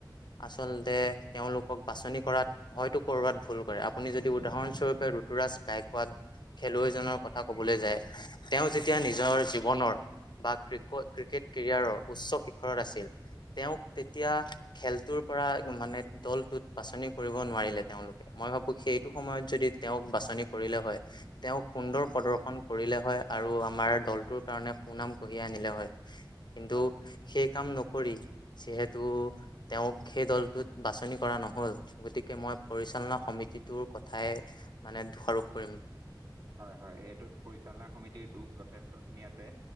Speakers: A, on the left; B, on the right.
A: আচলতে তেওঁলোকক বাছনি কৰাত হয়তো ক'ৰবাত ভুল কৰে। আপুনি যদি উদাহৰণস্বৰূপে ৰুতুৰাজ গাই কোৱাত খেলুৱৈজনৰ কথা কবলৈ যায়। তেওঁ যেতিয়া নিজৰ জীৱনৰ বা ক্ৰিক ক্ৰিকেট কেৰিয়াৰৰ উচ্চ শিখৰত আছিল। তেওঁক তেতিয়া খেলটোৰ পৰা এ মানে দলটোত বাছনি কৰিব নোৱাৰিলে তেওঁলোকে, মই ভাবোঁ সেইটো সময়ত যদি তেওঁক বাছনি কৰিলে হয় তেওঁক সুন্দৰ প্ৰদৰ্শন কৰিলে হয় আৰু আমাৰ দলটোৰ কাৰণে সুনাম কঢ়িয়াই আনিলে হয়। কিন্তু,
B: হয়
A: সেই কাম নকৰি, যিহেতু তেওঁক সেই দলটোত বাছনি কৰা নহ হ'ল গতিকে মই পৰিচালনা সমিতিটোৰ কথাই মানে দোষাৰোপ কৰিম।
B: হয় হয় এইটোত পৰিচালনা সমিতিৰ দুখ যথেষ্ট খিনি আছে।